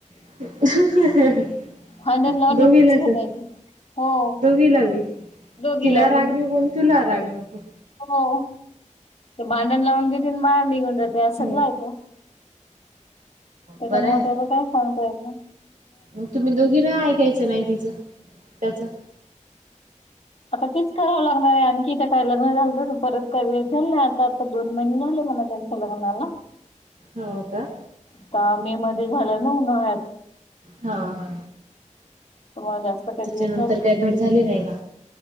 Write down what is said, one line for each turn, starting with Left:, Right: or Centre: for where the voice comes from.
Right: <unintelligible>
Left: भांडण लावून
Right: दोघीला
Left: तेच फटायचं
Right: असं...
Left: हो
Right: दोघीला बी-
Left: दोघीला
Right: तिला राग
Left: बी
Right: नको... अन तुला राग नको
Left: हो... तो भांडण लावून देती अन.... बाहेर निघून जाती असातला
Right: हम्म.
Left: ए तो. त्याच्यामुळं...
Right: बरं आहे
Left: त्याचं काय सांगता येत नाय.
Right: मग तुम्ही दोघीनं... ऐकायचं नाई तिचं... त्याचं.
Left: आता तेच करावं लागणार ए... आणखी... त्या काय... लग्न झालं परत काय.... वेळ <unintelligible> आता आता दोन महिने झालेत म्हणा त्यांचे. <unintelligible>
Right: हो का?
Left: आता... मे मध्ये झाला ना.... उन्हाळ्यात
Right: हा हा.
Left: त्यामुळे जास्त काही
Right: त्याच्यानंतर...
Left: दिवस
Right: काय भेट... झाली नाई का?